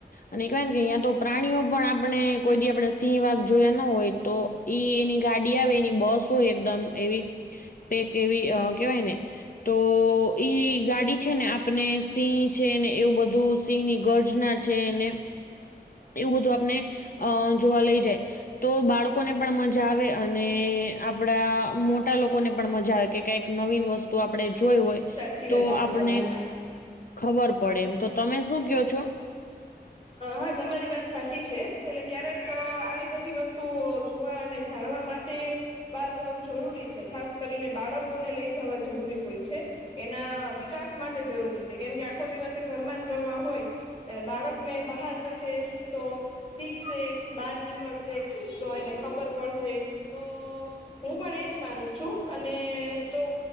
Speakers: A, on the left; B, on the left.
A: અને કેવાયન કે યા તો... પ્રાણીઓ પણ આપણે કોઈ દી આપડે સિંહ વાઘ જોયા ન હોય તો ઈ એની ગાડી આવે એની બસ હોય એકદમ એવી પેક એવી અ કેવાય ને તો ઈ ગાડી છે ને આપને સિંહ છે ને એવું બધું સિંહની ગર્જના છે એને એવું બધું આપને અ જોવા લઈ જાય તો બાળ કોને પણ મજા આવે અને આપણા મોટા લોકોને પણ મજા આવે કે, કાઈક નવીન વસ્ તુ આપણે જોય હોય
B: સાચી
A: તો
B: વાત છે
A: આપણે
B: તમારી
A: ખબર પડે એમ. તો તમે શું ક્યો છો?
B: હા તમારી વાત સાચી છે. એટલે ક્યારેક આવી બધી વસ્તુઓ જોવા અને... જાણવા માટે... બાર જાવું જરૂરી છે. ખાસ કરીને બાળકોને લઈ જાવા જરૂરી હોય છે. એના વિકાસ માટે જરૂરી છે કેમ આખો દિવસે ઘરમાં ન ઘરમાં હોય. એટલે બાળકને બહાર જશે તો શીખશે, બહાર નીકળશે તો એને ખબર પડશે તો હું પણ એજ માનું છું અને તો